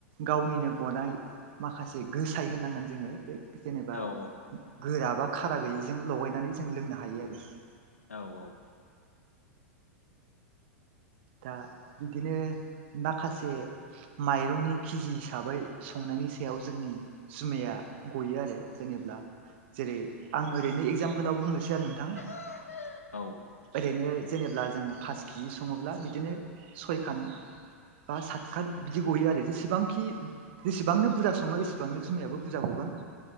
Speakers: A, on the right; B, on the left.
A: गावनिनो गनाय माखासे गोसाय होननांगोन जोङो बे जेनेबा
B: औ
A: गोरा बा खारा गैयिजों लगायनानै जों लोंनो हायो आरो
B: औ औ
A: दा बिदिनो माखासे माइरंनि केजि हिसाबै संनायनि सायाव जोंनि जुमाया गयो आरो जेनेब्ला जेरै आं ओरैनो एगजामपोलाव बुंनोसै आरो नोंथां
B: <inaudible> औ
A: ओरैनो जेनेब्ला जों पास केिजि सङोब्ला बिदिनो सयखान बा सातखान बिदि गयो आरो जेसेबांखि जेसेबांनो बुरजा सङो एसेबांनो जुमायाबो बुरजा गगोन